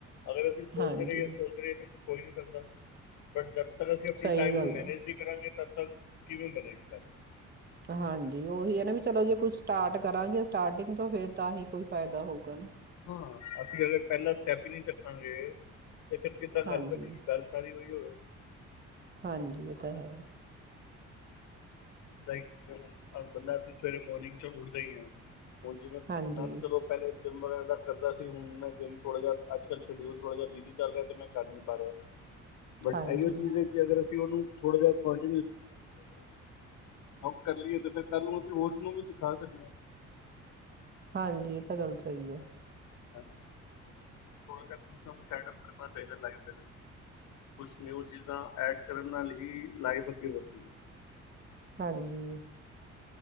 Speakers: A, on the left; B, on the right.
A: ਅਗਰ ਅਸੀਂ ਸੋਚ
B: ਹਾਂਜੀ
A: ਰਹੀ ਹਾਂ ਸੋਚ ਰਹੇਾਂ ਤੇ ਕੁ <inaudible> ਕੋਈ ਨਹੀਂ ਫਦਾ ਬਟ ਜਦ ਤੱਕ ਅਸੀਂ ਆਪਣੇ
B: ਸਹੀ
A: ਟਾਈਮ
B: ਗੱਲ
A: ਨੂੰ ਮੈਨੇਜ
B: ਆ
A: ਨਹੀਂ ਕਰਾਂਗੇ, ਤ ਕਿਵੇਂ ਬਣੇਗੀ ਗੱਲ?
B: ਹਾਂਜੀ, ਉਹੀ ਹੈ ਨਾ ਵੀ ਚਲੋ, ਜੇ ਕੁਛ ਸਟਾਰਟ ਕਰਾਂਗੇ ਸਟਾਰਟਿੰਗ ਤੋਂ ਫਿਰ ਤਾਂ ਹੀ ਕੋਈ ਫਾਇਦਾ ਹੋਊਗਾ ਨਾ।
A: ਹਾਂ, ਅਸੀਂ ਅਗਰ ਪਹਿਲਾਂ ਸਟੈਪ ਹੀ ਨਹੀਂ ਚੱਕਾਂਗੇ ਤੇ ਫ਼ਿਰ ਕਿੱਦਾਂ
B: ਹਾਂਜੀ
A: ਗੱਲ ਬਨੇਗੀ? ਗੱਲ ਸਾਰੀ ਉਹੀ ਹੋਵੇ
B: ਹਾਂਜੀ, ਇਹ ਤਾਂ ਹੈ।
A: ਜਿਵੇਂ ਹੁ ਬੰਦਾ ਅਸੀਂ, ਸਵੇਰੇ ਮੋਰਨਿੰਗ ਚੋਂ ਉੱਠਦੇ ਹੀ ਹਾਂ। ਹੁਣ ਜਿਵੇਂ
B: ਹਾਂਜੀ
A: ਮੈਂ ਤਾਂ ਚਲੋ ਪਹਿਲੇ ਚ <inaudible> ਕਰਦਾ ਸੀ, ਹੁਣ ਮੈ ਜਿਮ ਥੋੜਾ ਜਿਹਾ ਅੱਜ- ਕੱਲ੍ਹ ਸ਼ਡਊਲ ਥੋੜਾ ਜਿਹਾ ਬਿਜ਼ੀ ਚੱਲ ਰਿਹਾ ਤੇ ਮੈਂ ਕਰ ਨੀ ਪਾ ਰਿਹਾ। ਬਟ
B: ਹਾਂਜੀ
A: ਇਹੀਓ ਚੀਜ਼ ਹੈ ਕਿ, ਅਗਰ ਅਸੀਂ ਉਹਨੂੰ ਥੋੜਾ ਜਹਾਡੋ ਕਰ ਲਈਏ ਫਰ ਕੱਲ ਨੂੰ ਅਸੀ ਹੋਰ ਵੀ ਸਿਖਾ ਸਕਦੇ ਹ <inaudible>
B: ਹਾਂਜੀ, ਇਹ ਤਾਂ ਗੱਲ ਸਹੀ ਹੈ।
A: ਥੋੜਾ ਜਹਾ ਕੁਛ ਨਾ ਕੁਛ ਐਡਪ ਕਰਨਾ ਚਾਹੀਦਾ ਲਾਈਫ ਦੇ ਵਿੱਚ, ਕੁਛ ਨਿਊ ਚੀਜ਼ਾਂ ਐਡ ਕਰਨ ਨਾਲ ਹੀ ਲਾਈਫ ਅੱਗੇ ਵਦਦੀ ਹੈ।
B: ਹਾਂਜੀ।